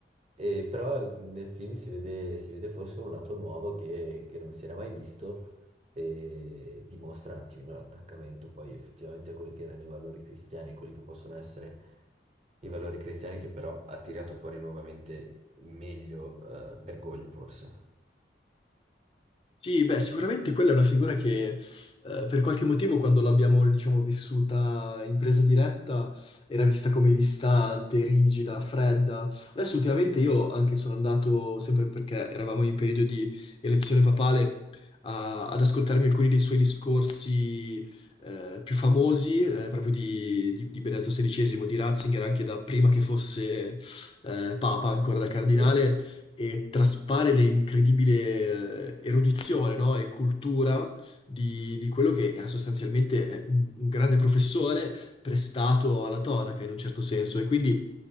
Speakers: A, on the right; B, on the left.
A: E però nel film si vede, si vede forse un lato nuovo che, che non si era mai visto e dimostra un attimino l'attaccamento poi effettivamente a quelli che erano i valori cristiani, quelli che possono essere i valori cristiani che però ha tirato fuori nuovamente il meglio, eh, Bergoglio forse.
B: Sì, beh, sicuramente quella è una figura che eh, per qualche motivo quando l'abbiamo, diciamo, vissuta in presa diretta era vista come distante, rigida, fredda. Adesso ultimamente io anche sono andato, sempre perché eravamo in periodo di elezione papale, a- ad ascoltarmi alcuni dei suoi discorsi eh, più famosi, eh, proprio di, di- di Benedetto XVI, di Ratzinger, anche da prima che fosse eh, papa, ancora da cardinale
A: Sì.
B: e traspare l'incredibile eh, erudizione, no? E cultura di, di quello che era sostanzialmente eh, un un grande professore prestato alla tonaca in un certo senso. E quindi